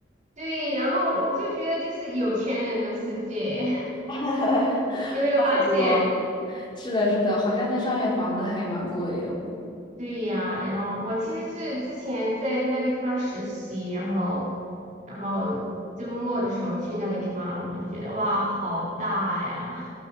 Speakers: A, on the right; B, on the left.
A: 对，然后我就觉得就是有钱人的世界，
B: <laughs>
A: <laughs> 你有没有发现？
B: 差不多。是的，是的，好像那上面房子还蛮贵呀、
A: 对呀，然后我其实是之前在那个地方实习，然后，然后周末的时候去那个地方，我就觉得哇，好大呀！